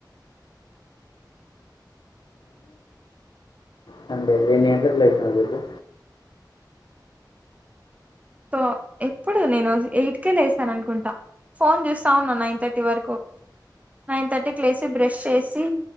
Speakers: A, on the left; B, on the right.
A: సండే ఎన్ని గంటలకు లేచివు ఈరోజు
B: తో ఎప్పుడు నేను ఎయిటికె లేసాను అనుకుంటా ఫోన్ చూస్తా ఉన్నా నైన్ థర్టీ వరకు నైన్ థర్టీ కి లేసి బ్రష్ చేసి